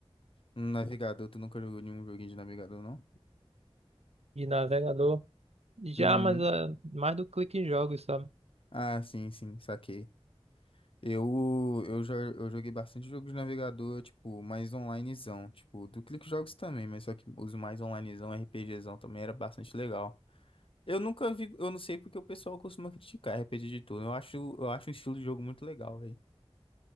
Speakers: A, on the left; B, on the right.
A: um navegador, tu nunca jogou nenhum joguinho de navegador, não?
B: de navegador. Já,
A: Uhum.
B: mas é mais do clique em jogos, sabe?
A: Ah, sim, sim, saquei. Eu, eu, jo... eu joguei bastante jogos de navegador, tipo, mais onlinezão. Tipo, do Clique Jogos também, mas só que os mais onlinezão, RPGzão também era bastante legal. Eu nunca vi, eu não sei porque o pessoal costuma criticar RPG de turno. Eu acho, eu acho um estilo de jogo muito legal, velho.